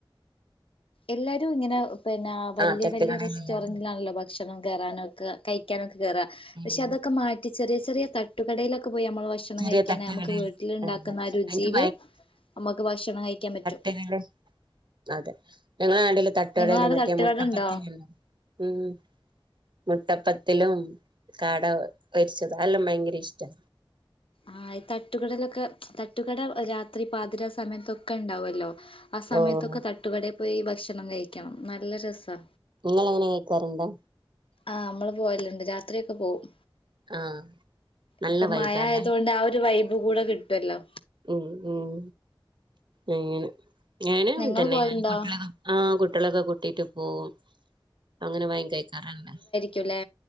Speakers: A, on the left; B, on the right.
A: എല്ലാരു ഇങ്ങനെ പിന്നാ വല്യ
B: ആഹ് തട്ടുകടയിലല്ലാതെ
A: വല്യ റെസ്റ്റോറന്റിലാണല്ലോ ഭക്ഷണം കേറാനൊക്കെ കഴിക്കാനൊക്കെ കേറാ പക്ഷെ
B: ഉം
A: അതൊക്കെ മാറ്റി ചെറിയ ചെറിയ തട്ടുകടയിലക് ക്ക് പോയി നമ്മള് ഭക്ഷണം
B: ചെറിയ
A: കഴിക്കാണെ
B: തട്ടുകടയില്
A: നമുക്ക് വീട്ടില്ണ്ടാക്കുന്ന
B: അതെ
A: ആ രുചീല്
B: എനിക്ക്
A: നമ്മക്ക് ഭക്ഷണം കഴിക്കാൻ പറ്റും
B: കയ്ഞ്ഞല്ലോ അതെ ഞങ്ങളെ നാട്ടില് തട്ടുകടയില്
A: നിങ്ങളവിടെ
B: മറ്റേ
A: തട്ടുകടണ്ടോ?
B: മുട്ടപ്പത്തിരിണ്ടാവും ഉം മുട്ടപ്പത്തലും കാട പൊരിച്ചത് അഎല്ലം ഭയങ്കര ഇഷ്ടാ
A: ആഹ് ഈ തട്ടുകടലൊക്കെ തട്ടുകട രാത്രി പാതിര സമയത്തൊക്കെ ണ്ടാവല്ലോ ആ സമയത്തൊക്കെ
B: ഓഹ്
A: തട്ടുകടയി പോയി ഭക്ഷണം കഴിക്കണം. നല്ല രസാ
B: നിങ്ങളങ്ങനെ കഴിക്കാറുണ്ടോ
A: ആഹ്, അമ്മള് പോവല്ണ്ട്, രാത്രിയൊക്കെ പോവും
B: ആഹ് നല്ല
A: ഇപ്പൊ
B: വൈബാല്ലേ
A: മയായതുകൊണ്ട് ആ ഒരു വൈബ് കൂടെ കിട്ടൊല്ലോ
B: ഉം ഉം അങ്ങനെ ഞാനും അങ്ങൻതന്നെ
A: നിങ്ങള് പോവലുണ്ടോ?
B: ആ കുട്ടികളൊക്കെ കൂട്ടിട്ട് പോവും അങ്ങനെ പയം കഴിക്കാറ്ണ്ട്.
A: ചെല